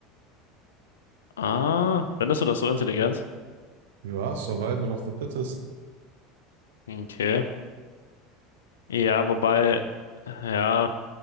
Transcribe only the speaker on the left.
Ah, findest du das so intelligent?
Okay. Ja, wobei, ja,